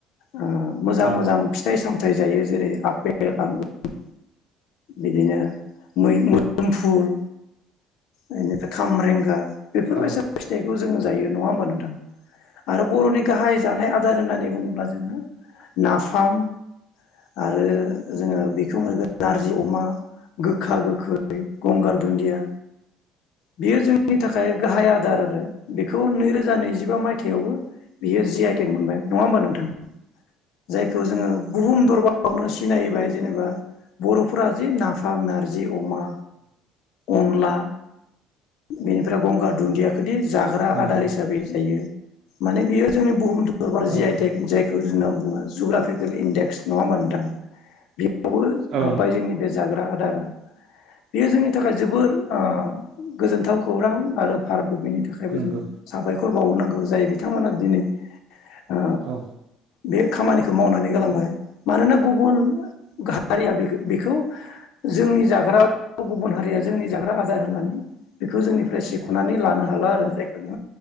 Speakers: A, on the left (about 70°); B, on the right (about 65°).
A: ओ मोजां
B: औ
A: मोजां फिथाइ साम फिथाय जायो जेरै आपेल आंगुर बिदिनो मै-मोदोम फुल। बेनिफ्राय खामरेंगा बेफोरबायसा
B: औ
A: फिथाइखौ जोङो जायो नङा होनबा नोंथां आरो बर'नि गाहाइ जानाय आ दार होननानै बुङोब्ला जोङो नाफाम आरो जोङो बे बिखौ मोनगोन नारजि अमा गोखा गोखै गंगार दुन्दिया बियो जोंनि थाखाय गाहाइ आदार आरो बेखौ नैरो जा नैजिबा मायथाइयावबो बियो जि आइ टेक मोनबाय नङा होमबा नों थां जायखौ जोङो बुहुम दरबार आवनो सिनायबाय जेनेबा बर'फोरा जे नाफाम नारजि अमा अनला बेनिफ्राय गंगार दुन्दियाखोदि जाग्रा
B: नंगौ
A: आदार हिसाबै जायो। माने बियो जोंनि बुहुम दरबार
B: औ
A: जि आइ टेक जायखौ जुना बुङो जुग्राफिकेलि देक्स नङा होमबा नोंथां? बावबो
B: औ
A: हाबबाय जोंनि बे जाग्रा आदारा बेयो जोंनि थाखाय जोबोर ओ गोजोनथाव खौरां आरो फार गभमेन्टनि थाखायबो
B: नंगौ
A: जो साबायख' फोर बावनांगौ जाय बिथांमोना दिनै ओ
B: औ।
A: बे खामानिखौ मावनानै गालांबाय मानोना गुबुन हारिया बेखो-बेखौ जोंनि जाग्रा गुबुन हारिया जोंनि जाग्रा आदार होनानै बेखौ जोंनिफ्राय सिख'नानै लानो हाला आरो जायखौ नोङो